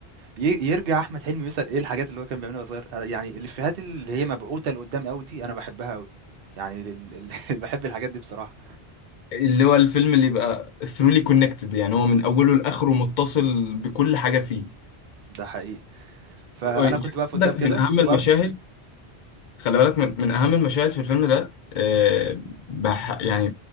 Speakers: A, on the right; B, on the left.
A: ي- يرجع احمد حلمي يسأل ايه الحاجات اللي هو كان بيعملها وهو صغير أنا- يعني الافيهات اللي هي مبعوثة لقدام قوي دي انا بحبها قوي يعني ال... ال... <laughs> بحب الحاجات دي بصراحة
B: اللي هو الفيلم اللي يبقى ثرولي كونكتد يعني هو من اوله لاخره متصل بكل حاجه فيه
A: ده حقيقي فانا
B: يعني
A: كنت بقف قدام
B: عندك
A: كده
B: من اهم
A: وبقف
B: المشاهد خلي بالك من, من اهم المشاهد في الفيلم ده آه، بح يعني